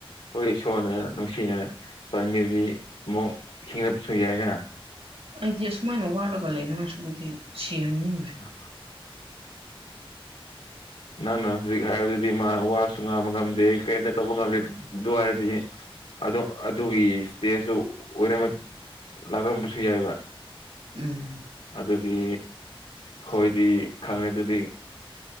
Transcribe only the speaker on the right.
ꯑꯩꯗꯤ ꯑꯁꯨꯃꯥꯏꯅ ꯋꯥꯔꯒ ꯂꯩꯅꯉꯥꯏꯁꯨꯕꯨꯗꯤ ꯁꯤꯍꯟꯅꯤꯡ
ꯎꯝ